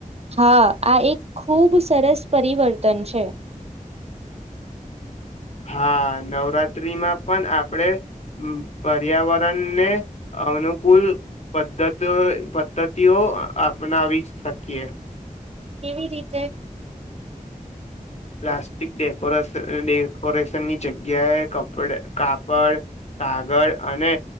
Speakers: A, on the right (about 45°); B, on the left (about 50°).
A: હા આ એક ખૂબ સરસ પરિવર્તન છે
B: હા નવરાત્ર્રીમાં પણ આપણે પર્યાવરણને અનુકૂળ પદ્ધતિ પદ્ધતિઓ અપનાવી શકીએ
A: કેવી રીતે
B: પ્લાસ્ટિક ડેકોરેસ ડેકોરેશનની જગ્યાએ કપડ કાપડ કાગળ અને